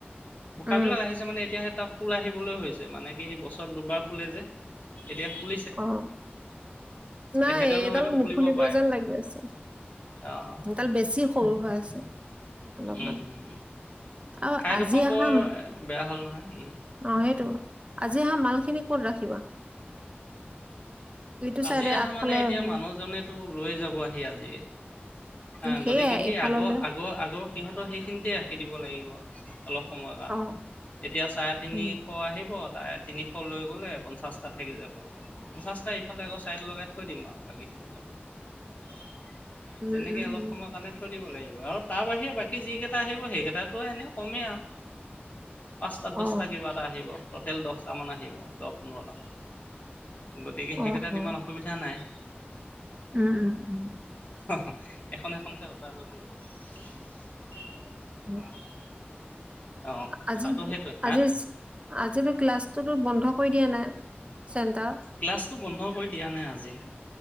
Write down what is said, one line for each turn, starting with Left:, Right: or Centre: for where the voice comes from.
Left: পোখাৰ
Right: উম
Left: বিলাক আহিছে মানে এতিয়া - ফুল আহিবলৈ হৈছে। মানে কি সি বছৰত দুবাৰ ফুলে যে এতিয়া ফুল-
Right: অঁ নাই
Left: সেইডালো
Right: এইডাল
Left: হয়তো
Right: নুফুলিব
Left: ফুলিব পাৰে
Right: যেন লাগি আছে।
Left: অ', অ'।
Right: সেইডাল বেছি সৰু হৈ আছে। অলপমান
Left: উম উম উম।
Right: আৰু
Left: ঠাইডোখৰ
Right: আজি অহা
Left: বৰ বেয়া হ'ল নহয়।
Right: অ সেইটো আজি আহা মাল খিনি ক'ত ৰাখিবা? ইটো
Left: আজি
Right: চাইডে
Left: অহা
Right: আগফালে
Left: মানে এতিয়া
Right: ৰাখিম
Left: মানুহজনেতো লৈ যাব আহি আজি। হাঁ
Right: সেয়াই
Left: গতিকে সেই
Right: এইফাললে
Left: আগৰ আগৰ আগৰ সিহঁতৰ সেইখিনিতে ৰাখি দিব লাগিব। অলপ সময়ৰ কাৰণে
Right: অ
Left: এতিয়া চাৰে তিনিশ
Right: উম
Left: আহিব। চাই তিনিশ লৈ গ'লে পঞ্চাশটা থাকি যাব পঞ্চাশটা। আকৌ চাইট লগাই থৈ দিম আৰু বাকীখিনিৰ লগত।
Right: উম,
Left: তেনেকে
Right: উম,
Left: অলপ
Right: উম,
Left: সময় কাৰণে থৈ দিব লাগিব। আৰু তাৰ বাহিৰে বাকী যি কেইটা আহিব সেইকেইটাতো এনেইও কমেই আৰু। পাঁচটা, দহটা
Right: অ',
Left: কিবা এটা আহিব। টোতেল দহটা মান আহিব দহ, পোন্ধৰটা মান। গতিকে সেইকেটা-
Right: অ',
Left: তা'ত
Right: অ',
Left: ইমান অসুবিধা নাই।
Right: উম, উম, উম।
Left: অ এখন এখনকে আঁতৰাই লব লাগিব।
Right: উম।
Left: অ কথাটো
Right: আজি
Left: সেইটোৱে হা
Right: আজিৰ আজিৰো ক্লাছটোতো বন্ধ- কৰি দিয়া নাই? চেণ্টাৰ?
Left: ক্লাছটো বন্ধ কৰি দিয়া নাই আজি।